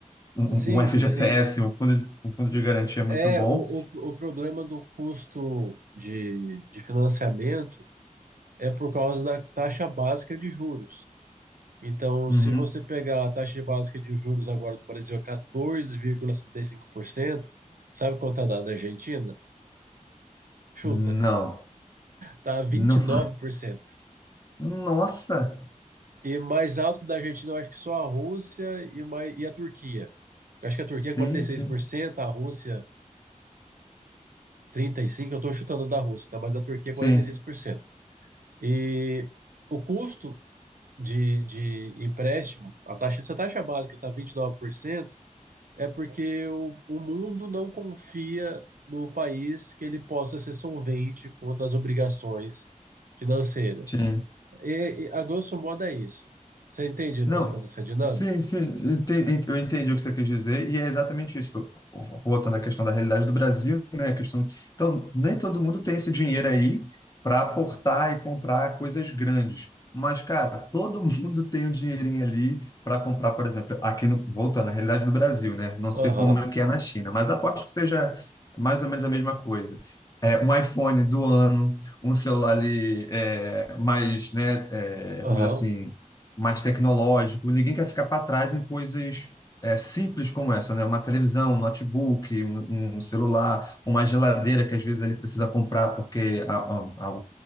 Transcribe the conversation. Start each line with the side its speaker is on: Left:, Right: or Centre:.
Left: um,
Right: Sim,
Left: um FGTS,
Right: sim.
Left: um fundo, de- um fundo de garantia muito
Right: É,
Left: bom.
Right: o, o, o problema do custo de, de financiamento é por causa da taxa básica de juros. Então,
Left: Uhum.
Right: se você pegar a taxa básica de juros agora do Brasil é quatorze vírgula setenta e cinco por cento, sabe quanto tá da da Argentina? Chuta,
Left: Não.
Right: tá vinte
Left: Não.
Right: e
Left: fa-
Right: nove por cento.
Left: Nossa!
Right: E mais alto que da Argentina, eu acho que só a Rússia e, mais, e a Turquia. Eu acho que a Turquia
Left: Sim,
Right: é 46%,
Left: sim,
Right: a Rússia 35%, eu estou chutando da Rússia, tá? Mas da Turquia é
Left: sim,
Right: 46%. E seis por cento. E o custo de, de empréstimo, a taxa, se a taxa básica está 29%, é porque o, o mundo não confia no país que ele possa ser solvente quanto às obrigações financeiras.
Left: sim.
Right: E, e, a grosso modo é isso. Você entende
Left: Não,
Right: mais ou menos essa dinâmica?
Left: sim, sim, ente- eu entendi o que você quis dizer, e é exatamente isso. Tipo, Voltando à questão da realidade do Brasil, né? A questão... Então, nem todo mundo tem esse dinheiro aí para aportar e comprar coisas grandes. Mas, cara, todo <laughs> mundo tem o dinheirinho ali para comprar, por exemplo, aqui no... voltando à realidade do Brasil, né? Não
Right: Aham,
Left: sei como é que é na China, mas aposto que seja mais ou menos a mesma coisa. É, um iPhone do ano, um celular ali é, mais, né, é,
Right: aham,
Left: vamos dizer assim mais tecnológico. Ninguém quer ficar para trás em coisas é, simples como essa, né? Uma televisão, um notebook, um, um celular, uma geladeira que às vezes ele precisa comprar porque a, a, a-